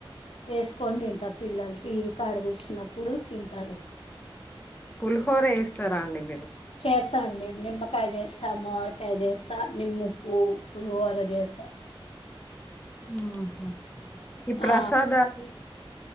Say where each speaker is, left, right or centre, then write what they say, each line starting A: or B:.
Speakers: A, on the left; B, on the left.
A: ఎసుకొని తింటారు పిల్లలు టీవీ కాడ కూసినప్పుడు తింటారు
B: పులిహోర ఎస్తారా అండి మీరు
A: చేస్త అండి నిమ్కాయ చేస్తా మాడికాయ చేస్తా నిమ్ ఉప్పు పులిహోర చేస్తా
B: ఉమ్ హు ఈ ప్రసాదాలు
A: ఆ